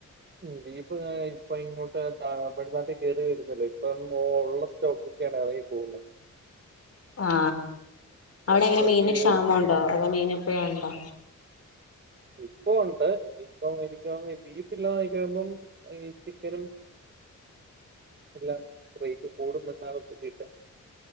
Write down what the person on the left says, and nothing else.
ആ അവിടെ എങ്ങനെ
മീൻന് ക്ഷാമംഉണ്ടോ അതോ മീന് എപ്പഴും ണ്ടോ